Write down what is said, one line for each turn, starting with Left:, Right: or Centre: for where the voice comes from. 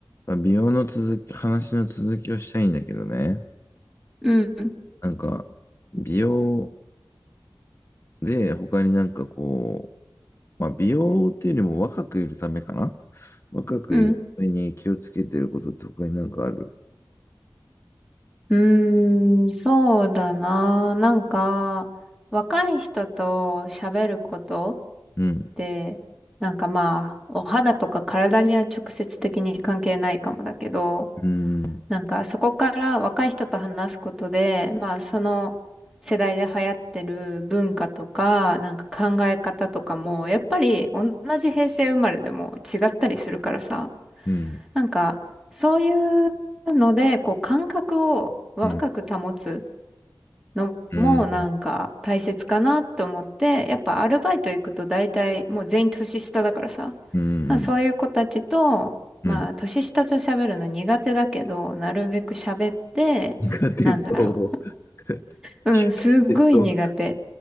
Left: まあ、美容の続き、話の続きをしたいんだけどね。
Centre: うん、
Left: なんか、美容で他になんかこう、まあ、美容っていうよりも若くいるためかな若くいるために気をつけてることって他になんかある
Centre: うん。うーん、そうだな。なんか、若い人と喋ることっ
Left: うん、
Centre: て、なんかまあ、お肌とか体には直接的に関係ないかもだけど、
Left: うん、
Centre: なんかそこから若い人と話すことで、まあその世代で流行ってる文化とか、なんか考え方とかも、やっぱり同じ平成生まれでも違ったりするからさ、
Left: うん、
Centre: なんか、そういうので、こう、感覚を若く保つ
Left: うん、
Centre: のも、
Left: うん、
Centre: なんか、大切かなと思って、やっぱアルバイト行くと大体、もう全員年下だからさ、
Left: うん、
Centre: まあ、そういう子たちと、
Left: うん。
Centre: まあ、年下と喋るの苦手だけど、なるべく喋って、
Left: 苦手そう。
Centre: なんだろう。うん、
Left: 苦手そう。
Centre: すっごい苦手。